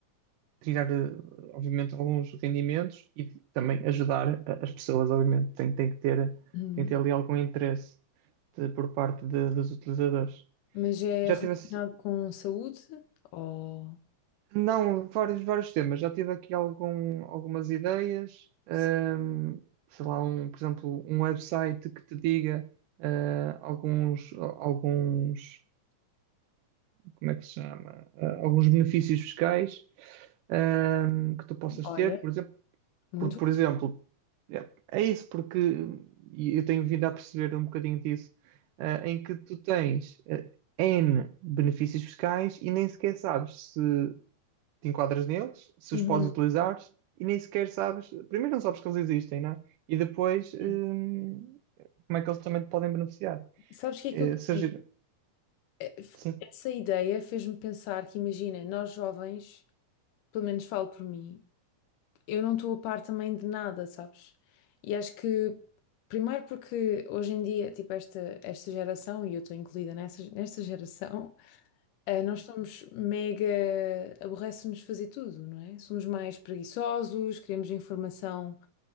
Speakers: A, on the right; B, on the left.
A: tirar, eh, obviamente, alguns rendimentos e também ajudar a- as pessoas, obviamente. Tem, tem que ter,
B: Uhum.
A: tem que ter ali algum interesse de- por parte de- dos utilizadores.
B: Mas é
A: Já
B: relacionado
A: tive, assim-
B: com saúde? Ou...
A: não, vários, vários temas. Já tive aqui algum, algumas ideias. hum,
B: Sim.
A: sei lá, um, por exemplo, um website que te diga eh, alguns, alguns, como é que se chama? Eh, alguns benefícios fiscais hum, que tu possas
B: Olha,
A: ter, por exemplo
B: muito
A: Porque, por
B: útil.
A: exemplo, é, é isso, porque e eu tenho vindo a perceber um bocadinho disso, ah, em que tu tens ah, N benefícios fiscais e nem sequer sabes se te enquadras neles, se
B: Uhum,
A: os podes utilizar e nem sequer sabes, primeiro não sabes que eles existem, não é? E depois, hum,
B: sim.
A: como é que eles também te podem beneficiar?
B: Sabes o que é
A: Eh,
B: que eu te
A: surgir-
B: digo? É, f-
A: Sim.
B: Essa ideia fez-me pensar que, imagina, nós jovens, pelo menos falo por mim, eu não estou a par também de nada, sabes? E acho que, primeiro porque hoje em dia, tipo, esta, esta geração, e eu estou incluída nessa, nesta geração, Eh, nós somos mega. Aborrece-nos fazer tudo, não é? Somos mais preguiçosos, queremos informação,